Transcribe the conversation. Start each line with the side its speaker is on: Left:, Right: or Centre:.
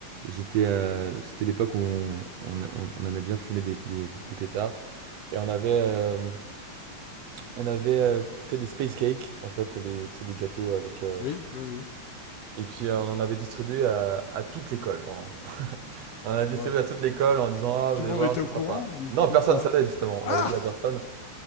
Right: J'étais, euh, c'était l'époque où on, on, on- on aimait bien fumer des, des, des pétards et on avait euh, On avait euh, fait des space cakes, en fait, des, tu des gâteaux avec. euh,
Left: Oui, oui, oui.
Right: Et puis euh, on en avait distribué à, à toute l'école, vraiment. On en a distribué
Left: Waouh.
Right: à toute l'école en disant Ah, vous
Left: Tout
Right: allez
Left: le monde
Right: voir,
Left: était
Right: c'est
Left: au
Right: sympa.
Left: courant ou,
Right: Non,
Left: ou
Right: personne
Left: pas?
Right: ne savait justement, on
Left: Ah!
Right: avait dit à personne.